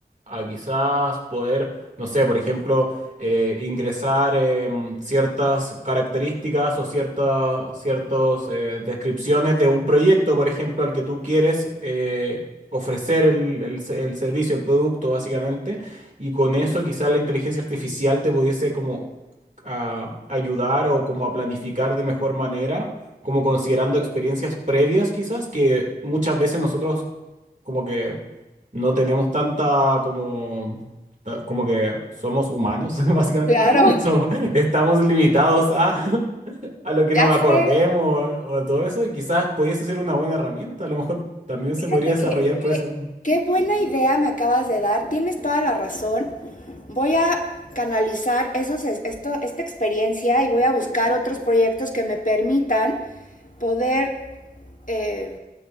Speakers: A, on the right; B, on the left.
A: a quizás poder, no sé, por ejemplo eh, ingresar em, ciertas características o ciertas ciertos, eh, descripciones de un proyecto, por ejemplo, al que tú quieres eh, ofrecer el, el se- el servicio, el producto, básicamente, y con eso quizás la inteligencia artificial te pudiese como a ayudar o como a planificar de mejor manera, como considerando experiencias previas quizás, que muchas veces nosotros como que no tenemos tanta como ta- como que somos humanos, <laughs> básicamente.
B: Claro,
A: Somos- estamos limitados a, a lo que
B: ya
A: nos
B: sé,
A: acordemos o a, o a todo eso, y quizás pudiese ser una buena herramienta. A lo mejor también
B: fíjate
A: se podría desarrollar
B: que,
A: por
B: oye,
A: eso.
B: qué buena idea me acabas de dar, tienes toda la razón. Voy a canalizar esos, esto, esta experiencia y voy a buscar otros proyectos que me permitan poder eh,